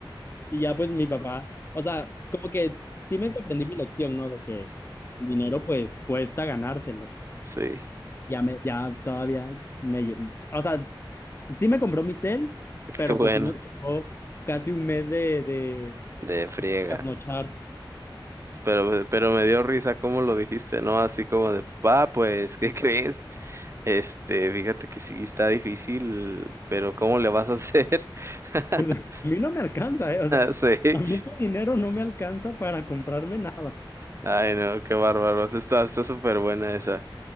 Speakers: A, on the left; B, on the right.
A: Y ya, pues mi papá, o sea, como que sí me aprendí mi lección, ¿no? De que el dinero, pues cuesta ganárselo.
B: Sí,
A: Ya me, ya todavía me. lle- O sea, sí me compró mi cel,
B: qué
A: pero
B: bueno,
A: pues sí me tocó casi un mes de, de,
B: de friega.
A: de trasnochar.
B: Pero, pero me dio risa cómo lo dijiste, ¿no? Así como de, papá, pues, ¿qué <laughs> crees? Este, fíjate que sí está difícil, pero ¿cómo le vas a hacer? <laughs>
A: Pues a mí no me alcanza, ¿eh? O sea,
B: Sí.
A: a mí este dinero no me alcanza para comprarme nada.
B: Ay, no, qué bárbaro. sí Está, está súper buena esa.